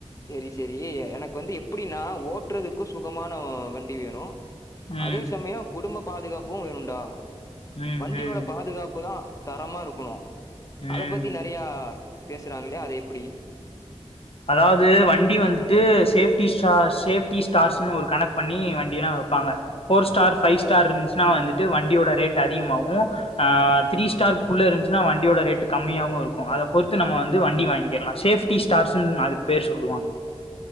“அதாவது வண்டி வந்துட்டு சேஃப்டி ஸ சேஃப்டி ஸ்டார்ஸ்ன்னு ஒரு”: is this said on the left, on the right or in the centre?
Left